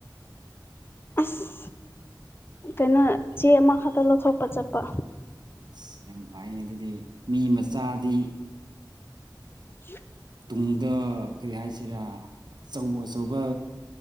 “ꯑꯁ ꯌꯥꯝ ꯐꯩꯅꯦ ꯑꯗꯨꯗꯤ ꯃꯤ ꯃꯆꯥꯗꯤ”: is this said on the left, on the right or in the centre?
Right